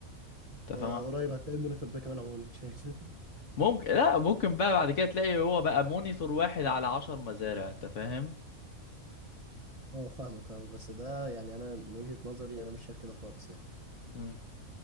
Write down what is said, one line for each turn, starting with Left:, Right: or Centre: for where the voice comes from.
Right: وقريب
Left: انت فاهم
Right: هتلاقي المونيتور ده كمان عموما اتشال
Left: ممكن لا ممكن بقى بعد كده تلاقي هو بقى مونيتور واحد على عشر مزارع انت فاهم
Right: <laughs> اه فاهمك فاهمك بس ده يعني انا من وجهة نظري انا مش شايف كده خالص يعني
Left: مم.